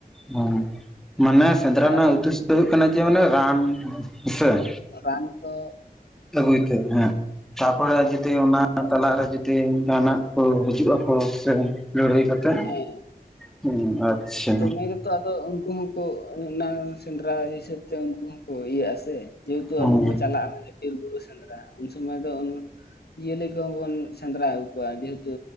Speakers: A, in the centre; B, on the left.
A: ᱦᱮᱸ, ᱢᱟᱱᱮ ᱥᱮᱸᱫᱽᱨᱟ
B: ᱟᱨ
A: ᱨᱮᱱᱟᱜ ᱩᱫᱽᱫᱮᱥᱥᱚ ᱫᱚ ᱦᱩᱭᱩᱜ ᱠᱟᱱᱟ ᱡᱮ ᱢᱟᱱᱮ ᱨᱟᱱ ᱦᱮᱸ,
B: ᱨᱟᱱ ᱫᱚ,
A: ᱟᱹᱜᱩᱭ ᱛᱮ, ᱦᱮᱸ ᱛᱟᱯᱚᱨᱮ ᱟᱨ ᱡᱩᱫᱤ ᱚᱱᱟ ᱛᱟᱞᱟᱨᱮ ᱡᱩᱫᱤ ᱡᱟᱦᱟᱱᱟᱜ ᱠᱚ ᱦᱤᱡᱩᱜ ᱟᱠᱚ ᱥᱮ ᱞᱟᱹᱲᱦᱟᱹᱭ ᱠᱟᱛᱮ,
B: ᱦᱮᱸ
A: ᱦᱩᱸ ᱟᱪᱪᱷᱟ᱾
B: ᱤᱱᱟᱹ ᱛᱮ ᱟᱫᱚ ᱩᱱᱠᱩ ᱠᱚ ᱚᱱᱟ ᱥᱮᱸᱫᱽᱨᱟ ᱦᱤᱥᱟᱹᱵᱽ ᱛᱮ ᱩᱱᱠᱩ ᱦᱚᱸᱠᱚ ᱤᱭᱟᱹᱜ-ᱟ ᱥᱮ ᱡᱮᱦᱮᱛᱩ
A: ᱦᱩᱸ
B: ᱟᱵᱚ ᱵᱚ ᱪᱟᱞᱟᱜ-ᱟ ᱢᱟᱱᱮ ᱵᱤᱨ ᱵᱩᱨᱩ ᱥᱮᱸᱫᱽᱨᱟ, ᱩᱱ ᱥᱚᱢᱚᱭ ᱫᱚ ᱡᱤᱭᱟᱹᱞᱤ ᱠᱚᱦᱚᱸ ᱵᱚᱱ ᱥᱮᱸᱫᱽᱨᱟ ᱟᱹᱜᱩ ᱠᱚᱣᱟ ᱡᱮᱦᱮᱛᱩ